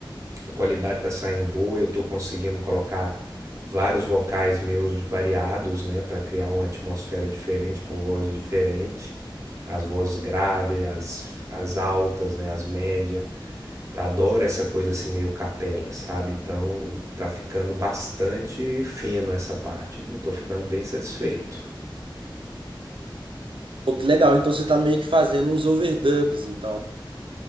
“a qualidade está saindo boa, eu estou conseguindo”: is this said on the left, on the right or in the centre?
Right